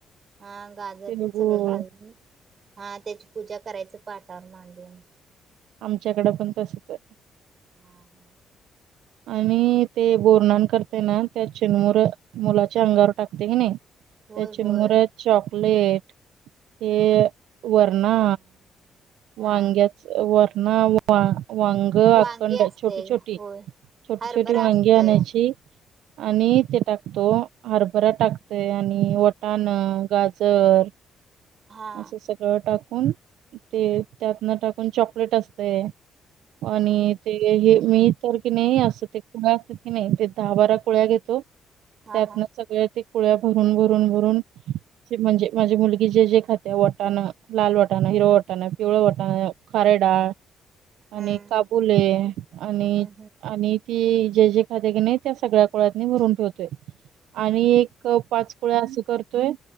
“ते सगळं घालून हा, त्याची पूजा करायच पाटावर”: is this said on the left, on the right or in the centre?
Right